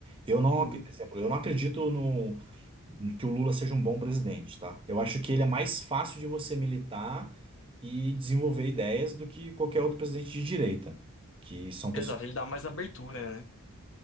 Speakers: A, on the right (about 25°); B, on the left (about 60°).
A: Eu não,
B: Uhum.
A: ac- exemplo, eu não acredito no que o Lula seja um bom presidente, tá? Eu acho que ele é mais fácil de você militar e desenvolver ideias do que qualquer outro presidente de direita, que são pessoas.
B: Exato, ele dá mais abertura, né?